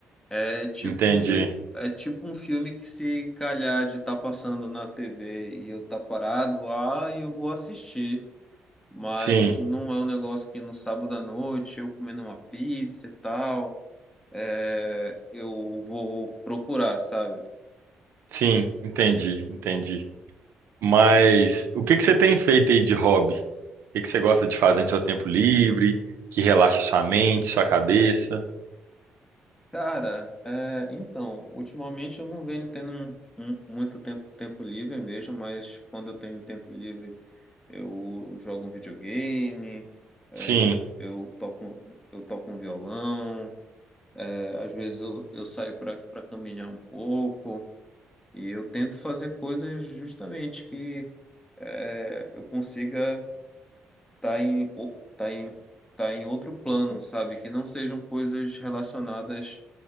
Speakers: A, on the left; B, on the right.
A: É tipo
B: entendi.
A: um fio, é tipo um filme que se calhar de estar passando na TV e eu tá parado lá e eu vou assistir. Mas
B: Sim,
A: não é um negócio que no sábado à noite eu comendo uma pizza e tal. é, eu vou procurar, sabe?
B: sim, entendi, entendi. Mas o que que você tem feito aí de hobby? O que que você gosta de fazer no seu tempo livre, que relaxa sua mente, sua cabeça?
A: Cara, é, então, ultimamente eu não venho tendo um- um- muito tempo, tempo livre mesmo, mas quando eu tenho tempo livre, eu jogo um videogame, é,
B: Sim,
A: eu, eu toco, eu toco um violão, é, às vezes eu, eu saio para para caminhar um pouco, e eu tento fazer coisas justamente que é, eu consiga. tá em, o- tá em, tá em outro plano, sabe? Que não sejam coisas relacionadas,